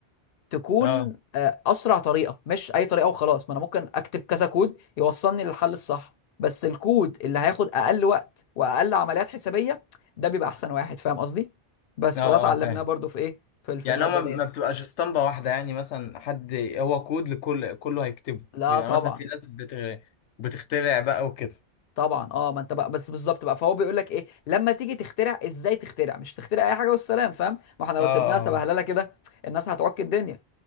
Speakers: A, on the left; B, on the left.
A: تكون
B: اه
A: آه، اسرع طريقه مش اي طريقه وخلاص ما انا ممكن اكتب كذا كود يوصلني للحل الصح بس الكود اللي هياخد اقل وقت واقل عمليات حسابيه ده بيبقى احسن واحد فاهم قصدي بس
B: اه
A: فده اتعلمناه
B: اه فاهم
A: برضو في ايه في ال- في
B: يعني
A: الماده
B: هو ما
A: ديت
B: ما بتبقاش اسطمبة واحدة يعني مثلا حد هو كود لكل كله هيكتبه
A: لا
B: بيبقى
A: طبعا
B: مثلا في ناس بتغ... بتخترع بقى وكده
A: طبعا اه ما انت بقى بس بالظبط بقى فهو بيقول لك ايه لما تيجي تخترع ازاي تخترع مش تخترع اي حاجه والسلام فاهم ما احنا لو
B: اه
A: سيبناها
B: اه
A: سبهلله كده الناس هتعك الدنيا